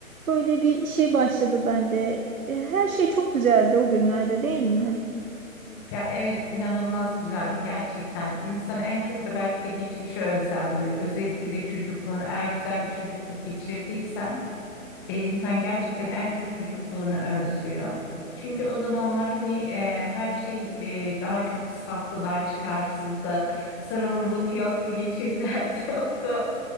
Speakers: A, on the right; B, on the left.
A: Böyle bir şey başladı bende. E, Her şey çok güzeldi o günlerde değil mi?
B: Ya evet inanılmaz güzeldi gerçekten. İnsan en çok da belki de geçmişe özlem duyuyor. Özellikle de çocukluğunu eğer güzel bir çocukluk geçirdiysen e, insan gerçekten en çok çocukluğunu özlüyor. Çünkü o zamanlar hani e, her şey e, daha çok saftı, daha çıkarsızdı. Sorumluluk yoktu, geçim <laughs> derdi yoktu.